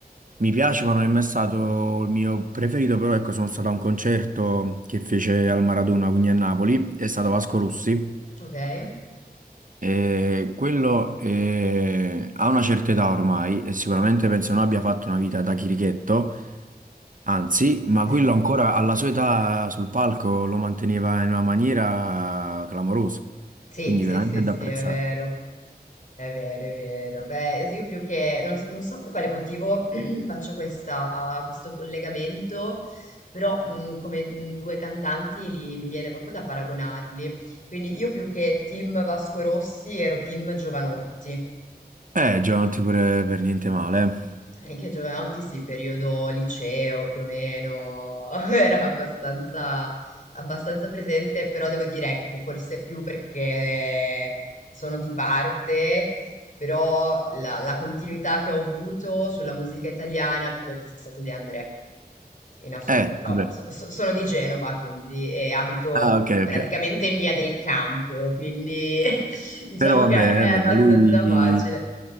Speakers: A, on the right (about 55°); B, on the left (about 50°).
A: mi piace, ma non è mai stato il mio preferito, però ecco, sono stato a un concerto che fece al Maradona, quindi a Napoli, è stato Vasco Rossi.
B: Ok?
A: Eh, quello eh, ha una certa età ormai e sicuramente penso non abbia fatto una vita da chirichetto, anzi, ma
B: <laughs>
A: quello ancora alla sua età sul palco lo manteneva in una maniera clamorosa,
B: Sì,
A: quindi
B: sì,
A: veramente
B: sì, sì,
A: da apprezzare.
B: è vero. È vero, è vero. Beh, io più che non, s- non so per quale motivo <clears throat> faccio questa- questo collegamento, però mh, come mh, due cantanti li- mi viene proprio da paragonarli. Quindi io più che team Vasco Rossi ero team Giovanotti.
A: Eh, Giovanotti pure per niente male.
B: Anche a Giovanotti, sì, periodo liceo più o meno, <laughs> era abbastanza, abbastanza presente, però devo dire, ecco, forse più perché sono di parte, però la, la continuità che ho avuto sulla musica italiana credo che sia stato De André, in assoluto,
A: Eh,
B: però
A: Eh, vabbè.
B: so- so- sono di Genova, quindi, e abito
A: Ah, ok,
B: praticamente
A: ok.
B: in via del campo, quindi <laughs> diciamo
A: Però vabbè,
B: che è
A: vabbè,
B: abbastanza
A: ma lui...
B: facile.